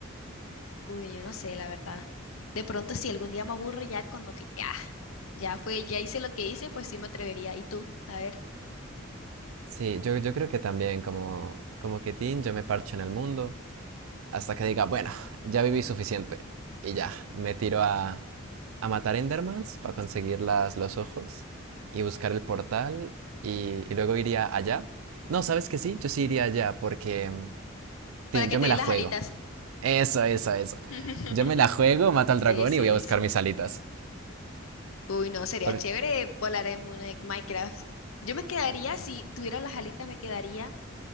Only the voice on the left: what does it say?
Uy, yo no sé, la verdad. De pronto, si algún día me aburro ya con lo que, ah, ya fue, ya hice lo que hice, pues sí me atrevería. ¿Y tú? A ver,
para que
te
den
las
alitas.
<laughs>
Sí,
sí,
sí.
Uy, no, sería
chévere volar en un- en Minecraft. Yo me quedaría, si tuviera las alitas, me quedaría